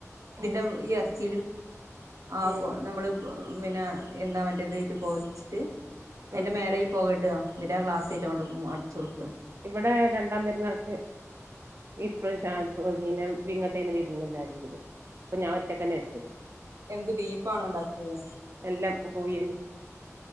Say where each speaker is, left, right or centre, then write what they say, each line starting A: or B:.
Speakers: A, on the right (about 80°); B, on the right (about 55°).
A: പിന്നെ
B: ഉം
A: ഈ ഇറച്ചി ആ ഇപ്പൊ
B: ഉം
A: ഞമ്മൾ ഇപ്പൊ പിന്നെ എന്താ മറ്റേ ഇതെറ്റും പുകച്ചിട്ട് അതിന്റെ
B: ഉം
A: മേലെ ഈ പുക ഇട എന്നിട്ട് ആ ഗ്ലാസ്‌
B: ഉം
A: കൊണ്ട് അടച്ചു കൊടുക്കുക
B: ഇവിടെ രണ്ടാം പെരുന്നാൾക്ക് പിന്നെ ഇങ്ങട്ട് ആയിരുന്നു വിരുന്ന് എല്ലാരും കൂടി അപ്പൊ ഞാൻ ഒറ്റക്ക് തന്നെ എടുത്തത്
A: എന്താ ബീഫ്‌ ആണോ ഉണ്ടാക്കിയത്
B: എല്ലാം കോഴിയന്നെ